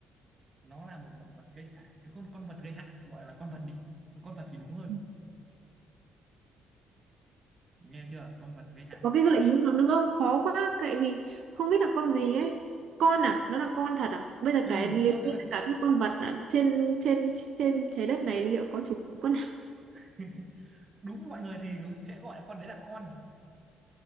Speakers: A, on the right; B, on the right.
A: nó là một động vật gây hại cái con con vật gây hại gọi là con vật đi con vật thì đúng hơn
B: Ừ.
A: nghe chưa con vật gây hại
B: có cái gợi ý nào nữa không khó quá tại vì không biết là con gì ấy con à nó là con thật à bây giờ
A: ừ
B: cái liệt
A: con thật
B: kê tất cả các con vật à? trên trên trên trái đất này liệu có chúng con nào
A: <laughs> đúng mọi người thì sẽ gọi con đấy là con